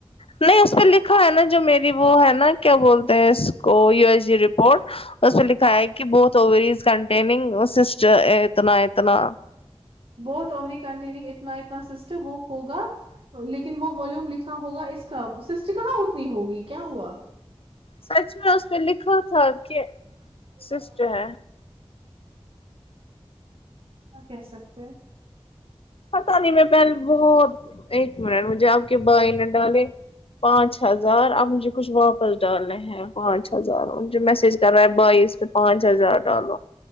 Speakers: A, on the left; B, on the right.
A: نہیں اس پہ لکھا ہے نا جو میری وہ ہے نا کیا بولتے ہیں اس کو یو ایس جی رپورٹ اس پے لکھا ہے کہ بہت اوورز کنٹیننگ سسٹ اتنا اتنا
B: بوت اوری کنٹینو اتنا اتنا سسٹم وہ ہوگا لیکن وہ والیوم لکھا ہوگا اس کا سسٹ کہاں اتنی ہوگی کیا ہوا
A: سچ میں اس نے لکھا تھا کہ
B: کیا
A: سسٹ ہے
B: آپ کہ سکتے ہیں
A: پتاہ نہیں میں پہلے بہت ایک منٹ مجھے آپ کے بھائی نے ڈالے پانچ ہزار آپ مجھے کچھ واپس ڈالیں ہے پانچ ہزار مجھے میسج کر رہا ہے بھائی اس پے پانچ ہزار ڈالو